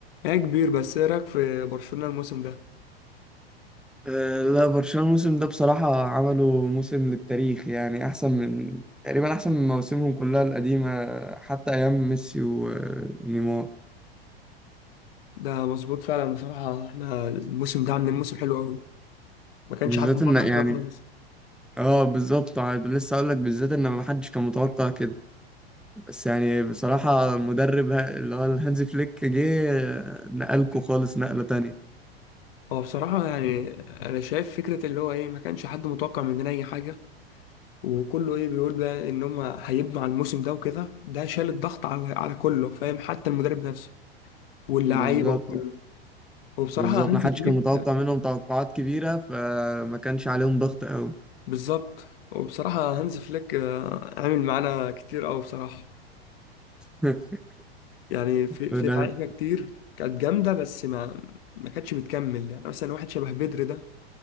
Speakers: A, on the left (about 65°); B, in the centre.
A: هي كبير بس ايه رايك في برشلونة الموسم ده
B: آه، لا برشلونة الموسم ده بصراحة عملوا موسم للتاريخ يعني أحسن من تقريبا أحسن من مواسمهم كلها القديمة حتى أيام ميسي و- ونيمار
A: ده مظبوط فعلا بصراحة احنا الموسم ده عاملين موسم حلو قوي ما كانش
B: بالذات
A: حد متوقع
B: إن يعني
A: كده خالص
B: اه بالظبط ع- لسه أقول لك بالذات إن ما حدش كان متوقع كده بس يعني بصراحة المدرب ه- اللي هو الهانز فليك جه آه، نقلكوا خالص نقلة تانية
A: هو بصراحة يعني انا شايف فكرة اللي هو ايه ما كانش حد متوقع مننا اي حاجة وكله ايه بيقول بقى ان هم هيبنوا على الموسم ده وكده ده شال الضغط على على كله فاهم حتى المدرب نفسه واللعيبة
B: بالظبط
A: وكله وبصراحة
B: بالظبط
A: هانز
B: ما حدش
A: فليك
B: كان متوقع منهم توقعات كبيرة فما كانش عليهم ضغط أوي
A: بالظبط وبصراحة هانز فليك آه، عامل معانا كتير قوي بصراحة
B: <laughs>
A: يعني في
B: بدل
A: في لعيبه كتير كانت جامده بس ما ما كانتش بتكمل يعني مثلا واحد شبه بدر ده